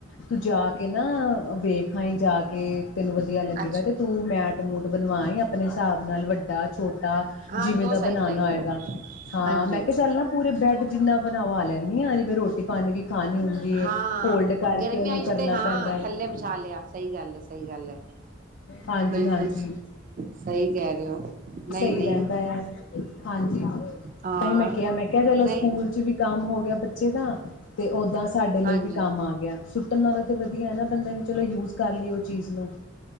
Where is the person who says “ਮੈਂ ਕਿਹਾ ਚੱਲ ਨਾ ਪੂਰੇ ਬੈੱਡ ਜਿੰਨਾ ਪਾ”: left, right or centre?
Left